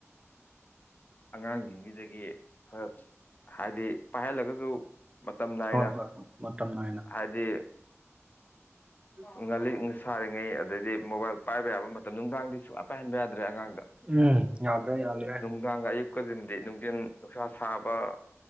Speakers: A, on the left (about 35°); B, on the right (about 20°).
A: ꯑꯉꯥꯡꯖꯤꯡꯖꯤꯗꯥꯒꯤ ꯈꯔ ꯍꯥꯏꯗꯤ ꯄꯥꯏꯍꯜꯂꯒꯖꯨ ꯃꯇꯝ ꯅꯥꯏꯅ
B: ꯍꯣꯏ ꯍꯣꯏ ꯍꯣꯏ ꯃꯇꯝ ꯅꯥꯏꯅ
A: ꯍꯥꯏꯗꯤ
B: <inaudible>
A: ꯉꯥꯜꯂꯤꯛ ꯁꯥꯔꯤꯉꯩ ꯑꯗꯩꯗꯤ ꯃꯣꯕꯥꯏꯜ ꯄꯥꯏꯕ ꯌꯥꯕ ꯃꯇꯝ ꯅꯨꯡꯗꯥꯡꯗꯤ ꯁꯨꯡꯌꯥ ꯄꯥꯏꯍꯟꯕ ꯌꯥꯗ꯭ꯔꯦ ꯑꯉꯥꯡꯗꯥ
B: ꯎꯝ ꯌꯥꯎꯗ꯭ꯔꯦ ꯌꯥꯎꯗ꯭ꯔꯦ
A: ꯑꯉꯥꯡ ꯑꯌꯨꯛꯀꯥꯗꯤꯟꯗꯤ ꯅꯨꯡꯗꯤꯟ ꯅꯨꯡꯁꯥ ꯁꯥꯕ